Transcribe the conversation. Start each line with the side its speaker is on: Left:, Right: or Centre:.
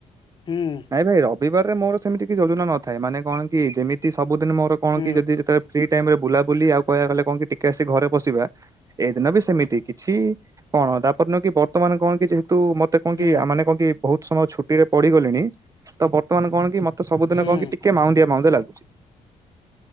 Left: ହୁଁ
Right: ନାଇଁ ଭାଇ ରବିବାରରେ ମୋର ସେମିତି କିଛି ଯୋଜନା ନଥାଏ ମାନେ କଣ କି ଯେମିତି ସବୁଦିନ ମୋର କଣ
Left: ହୁଁ
Right: କି ଯଦି ଯେତେବେଳେ ଫ୍ରିଟାଇମ ରେ ବୁଲାବୁଲି ଆଉ କହିଆକୁ ଗଲେ କଣ କି ଟିକେ ଆସି ଘରେ ପଶିବା ଏଇ ଦିନ ବି ସେମିତି କିଛି କଣ ତାପରଦିନ କି ବର୍ତ୍ତମାନ ମାନେ କଣ କି ଯେହେତୁ ମତେ କଣ
Left: ହୁଁ
Right: କି ଆ ମାନେ କଣ କି ବହୁତ ସମୟ ଛୁଟିରେ ପଡିଗଲିଣି ତ ବ ର୍ତ୍ତମାନ କଣ କି ମତେ ସବୁଦିନ
Left: ହୁଁ
Right: କଣ କି ଟିକେ ମାଉଁନ୍ଦିଆ ମାଉଁନ୍ଦିଆ ଲାଗୁଛି।